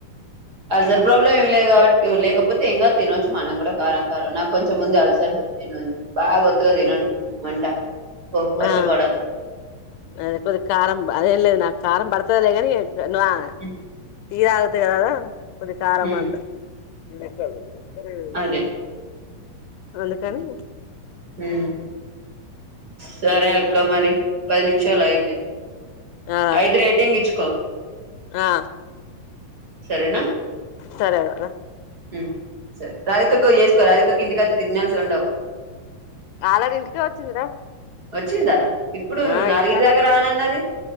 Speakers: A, on the right; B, on the left.
A: అసార్ ప్రాబ్లమ్ ఏమిలేదు కాబట్టి లేకపో. కపోతే ఏమికాదు తినొచ్చు మనం కూడా కారం కారం నాకు కొంచెం ముందు అలసలు నేను బాగా ఒత్తుగా తినను మంట ఓ వశపడదు
B: ఆ అది కొద్ది కారం అదే అదేంలేదు నాకు. కారం పడతదిలే కానీ. <unintelligible> వా
A: ఉమ్,
B: ఈయాల్ట కదా. <inaudible> కొద్ది కారం
A: ఉమ్,
B: అంత ఏం కాలేదు కదా హ్మ్
A: అదే
B: అందుకని
A: ఉమ్, ఉమ్. సరే అక్క మరి పది నిమిషాలు ఐయింది
B: ఆ
A: ఐదు రేటింగ్ ఇచ్చుకో
B: ఆ
A: సరేనా
B: సరే వదిన
A: ఉమ్, రాధికకు చేసుకో రాధికకు ఇంటికడా సిగ్నల్స్ ఉండవ్
B: ఆల్రెడీ ఇంటికే వచ్చింది రా
A: వచ్చిందా ఇప్పుడు
B: ఆ
A: నాలుగింటి
B: ఇంటికనే
A: దాకా రానన్నది